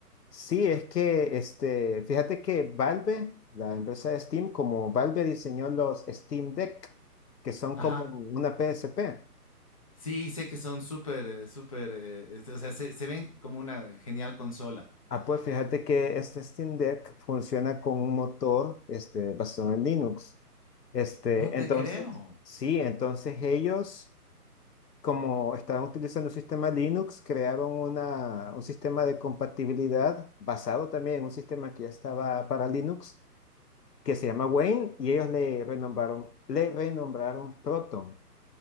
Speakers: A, on the left (about 80°); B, on the left (about 20°).
A: Sí, es que este, fíjate que Valve, la empresa de Steam, como Valve diseñó los Steam Deck, que son
B: Ajá.
A: como una PSP.
B: Sí, sé que son súper, eh, súper, eh, este, o sea, se, se ven como una genial consola.
A: Ah, pues fíjate que este Steam Deck funciona con un motor este, basado en Linux. Este,
B: No te
A: entonces,
B: creo,
A: sí, entonces ellos como estaban utilizando un sistema Linux, crearon una, un sistema de compatibilidad basado también en un sistema que ya estaba para Linux, que se llama Wayne, y ellos le renombraron, le renombraron Proton.